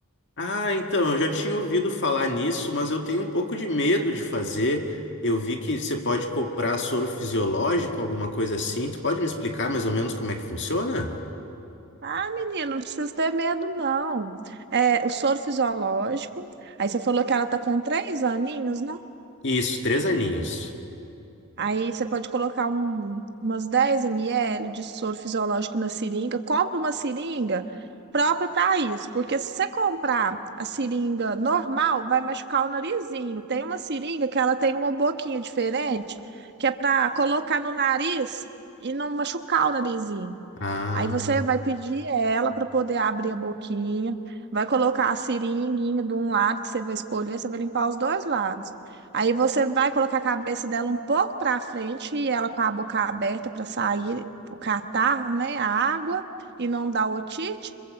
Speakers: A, on the left; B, on the right.
A: Ah, então, eu já tinha ouvido falar nisso, mas eu tenho um pouco de medo de fazer. Eu vi que você pode comprar soro fisiológico, alguma coisa assim. Tu pode me explicar mais ou menos como é que funciona?
B: Ah, menina, não precisa ter medo, não. É, o soro fisiológico. Aí você falou que ela tá com três aninhos,
A: Isso, três aninhos.
B: Aí você pode colocar um, umas dez ml de soro fisiológico na seringa. Compra uma seringa própria para isso, porque se você comprar a seringa normal, vai machucar o narizinho. Tem uma seringa que ela tem uma boquinha diferente, que é para colocar no nariz e não machucar o narizinho.
A: Ah,
B: Aí você vai pedir ela para poder abrir a boquinha, vai colocar a seringuinha de um lado que você vai escolher, você vai limpar os dois lados. Aí você vai colocar a cabeça dela um pouco para frente e ela com a boca aberta para sair o catarro, né, a água e não dar otite